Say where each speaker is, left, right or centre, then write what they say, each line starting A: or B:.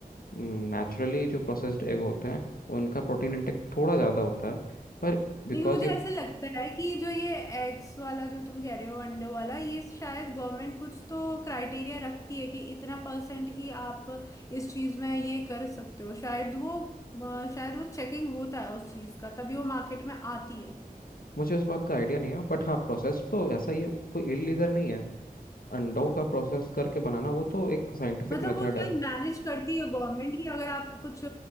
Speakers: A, on the left; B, on the left.
A: नेचुरली जो प्रोसेस्ड एग होते हैं उनका प्रोटीन इंटेक थोड़ा ज़्यादा होता है पर बिकॉज
B: लेकिन मुझे
A: ये pro-
B: ऐसे लगता है कि जो ये एग्स वाला जो तुम कह रहे हो अंडों वाला ये शायद गवर्नमेंट कुछ तो क्राइटेरिया रखती है कि इतना परसेंट ही आप इस चीज में ये कर सकते हो शायद वो अ, शायद वो चेकिंग होता है उस चीज का तभी वो मार्केट में आती है
A: मुझे उस बात का आइडिया नहीं है बट हाँ प्रोसेस्ड तो ऐसा ये कोई इलीगल नहीं है अंडों का प्रोसेस करके बनाना वो तो एक साइंटिफिक
B: मतलब
A: मेथड
B: वो शायद
A: है
B: मैनेज करती है गवर्नमेंट की अगर आप कुछ